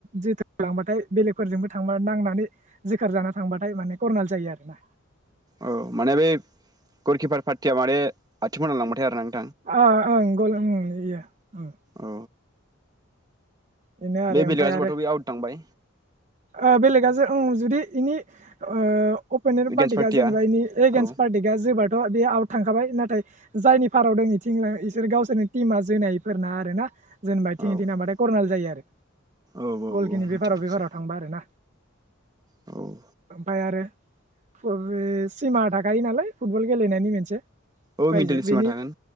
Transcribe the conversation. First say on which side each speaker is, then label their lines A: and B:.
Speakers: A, on the right (about 35°); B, on the right (about 20°).
A: जोथोन लांबाथाय बेलेगफोरजोंबो थांबा नांनानै जोखार जाना थांबाथाय माने करर्नाल जायो आरोना।
B: औ माने बै गलकिपार पार्टिया माने आथिङाव नांलांबायथाय आरोना नों
A: अ ओं गल ओं एयो ओं।
B: औ
A: बेनो आरो
B: बे बेलेगा
A: ओमफ्राय आरो
B: जोबाथ' बे आउट थांबाय
A: ओ बेलेगा जो ओं जुदि इनि ओ अपनेन्ट
B: एगेन्स्ट
A: पार्टिआ
B: पार्टिया
A: जेनोबा इनि एगैन्स्ट
B: औ
A: पार्टिआ जोबाथ‌' बे आउट थांखाबाय ना थाय जायनि फाराव दं इथिं इसोर गावसोरनि टिमा जोनायफोरना आरोना। जेनोबा इथिं
B: औ
A: इथिं थांबाथाय करनाल जायो आरो।
B: औ औ
A: गलखिनि
B: मिथिगौसो
A: बेफाराव बेफाराव थांबा आरोना।
B: औ
A: ओमफ्राय आरो सिमा थाखायो नालाय फुटबल गेलेनायनि मोनसे
B: औ
A: बायजो
B: मिडिल सिमा
A: बेनि
B: थागोन